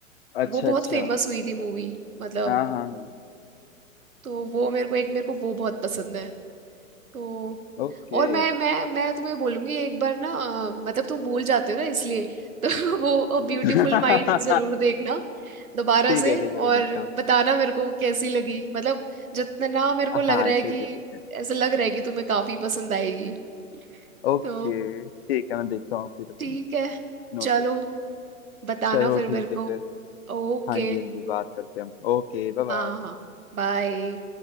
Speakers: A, on the left (about 45°); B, on the right (about 80°).
A: अच्छा
B: वो बहुत
A: अच्छा
B: फेमस हुई थी मूवी मतलब
A: हाँ हाँ हाँ
B: तो वो मेरे को एक मेरे को वो बहुत पसंद है तो
A: ओके
B: और मैं मैं मैं तुम्हें बोलूंगी एक बार ना अ, मतलब तुम भूल जाते हो ना इसलिए <laughs> तो वो ब्यूटीफुल
A: ठीक
B: माइंड जरूर देखना दोबारा
A: है ठीक
B: से
A: है मैं
B: और
A: देखता हूँ
B: बताना मेरे को कैसी लगी मतलब जितना ना मेरे को लग
A: हाँ
B: रहा
A: ठीक
B: है कि
A: है ठीक है
B: ऐसा लग रहा है कि तुम्हें काफी पसंद आएगी
A: ओके
B: तो
A: ठीक है मैं देखता हूँ फिर
B: ठीक है
A: नोट
B: चलो बताना
A: चलो
B: फिर
A: ठीक
B: मेरे
A: है फिर
B: को ओके
A: हाँ जी हाँ जी बात करते हैं हम ओके बाय बाय
B: हाँ हाँ बाय